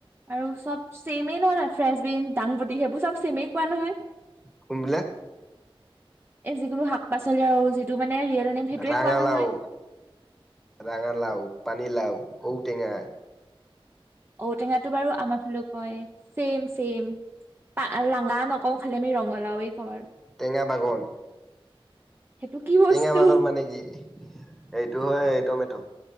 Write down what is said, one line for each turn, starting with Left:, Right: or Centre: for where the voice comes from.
Right: আৰু চব চেমেই ন, নে ফ্ৰেচব্ৰিন, দাংবদি সেইবোৰ চব চেমেই তেনেকুৱাই নহয়।
Centre: কোনবিলাক?
Right: এই যিকোনো শাক-পাচলি আৰু যিটো মানে ৰিয়েল নেম সেইটোৱে
Centre: ৰাঙালাও।
Right: কোৱা নহয়
Centre: ৰাঙালাও, পানীলাও। ঔটেঙা।
Right: ঔটেঙাতো বাৰু আমাৰ ফালেও হয়, চেম-চেম। ৰাঙা নকওঁ খালি আমি ৰঙালাওে কওঁ আৰু
Centre: টেঙা বাগন।
Right: সেইটো কি বস্তু
Centre: টেঙা বাগন মানে কি, এইটো হয় টমেট'